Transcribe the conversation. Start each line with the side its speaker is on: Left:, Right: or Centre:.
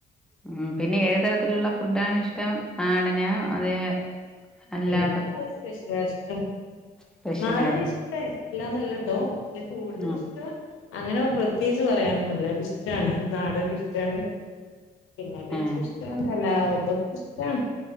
Centre: ഉം പിന്നെ ഏത് തരത്തിലുള്ള ഫുഡാണ് ഇഷ്ടം നാടനോ അതെ അല്ലാത്ത
Left: എനിക്ക് സ്പെഷ്യലാ ഇഷ്ടം
Centre: സ്പെഷ്യലാണ്
Left: നാടന് ഇഷ ട്ട ഇഷ്ഠല്ലാന്ന് അല്ലട്ടോ എനിക്ക് കൂടുതലും
Centre: ആഹ്
Left: ഇഷ് ട്ടം അങ്ങനെ പ്രത്യേകിച്ച് പറയാന് ഒന്നും ഇല്ല ഇഷ്ടാണ് നാടനും ഇഷ്ടാണ് പിന്നെ വെജ്
Centre: ആഹ്
Left: ഇഷ്ടാണ് എല്ലാതും ഇഷ്ടാണ്